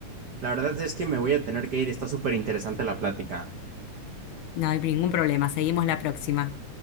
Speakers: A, on the right (about 65°); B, on the left (about 75°).
A: la verdad es que me voy a tener que ir. Está súper interesante la plática.
B: No hay ningún problema. Seguimos la próxima.